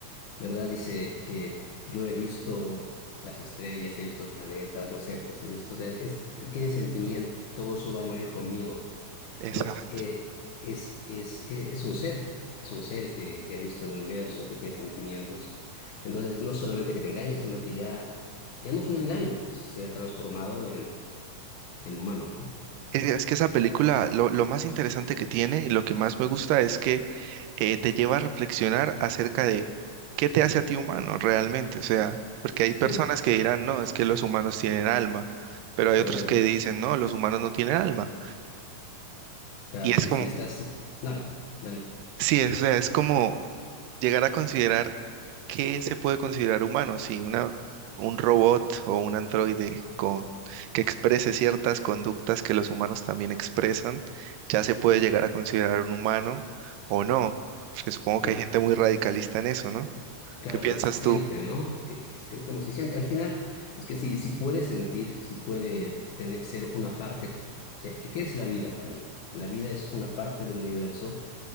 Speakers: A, on the left; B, on the right.
A: ¿verdad? Dice, eh, yo he visto las estrellas, he visto planetas, no sé, pues he visto, o sea, es, tiene sentimiento, todo eso va a morir conmigo,
B: Exacto.
A: ¿no? Eh, es, es, e- es un ser, es un ser que, que ha visto el universo, que tiene sentimientos. Entonces, no solamente que te engaña, sino que ya, ya no es un engaño, se ha transformado en humano, ¿no?
B: Es, es que esa película, lo, lo más interesante que tiene y lo que más me gusta es que eh, te lleva a reflexionar acerca de qué te hace a ti humano realmente. O sea, porque hay personas
A: Sí,
B: que dirán, no, es que los humanos tienen alma, pero hay
A: claro,
B: otros que dicen, no, los humanos no tienen alma.
A: claro,
B: Y es
A: sí,
B: como
A: sí, estás, dale, dale,
B: Sí, es, o sea, es como llegar a considerar qué se puede considerar humano, si una, un robot o un androide con, que exprese ciertas conductas que los humanos también expresan, ya se puede llegar a considerar un humano o no, porque supongo que
A: no,
B: hay gente muy radicalista en eso, ¿no?
A: claro,
B: ¿Qué piensas
A: pero si siente,
B: tú?
A: ¿no? Que, que es que como si siente, al final, es que si, si puede sentir, si puede tener, ser una parte, o sea, ¿qué es la vida para mí? La vida es una parte del universo